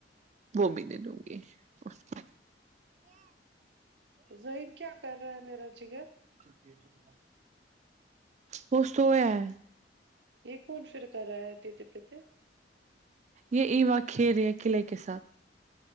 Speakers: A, on the right (about 40°); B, on the right (about 75°).
A: وہ بھی دوں گی اس کو
B: ظہیر کیا کر رہا ہے میرا جگر
A: <inaudible> وہ سویہ ہے
B: یہ کون فر کر رہا ہے دیا تھے پتے
A: یہ امن کیریا قلے کے ساتھ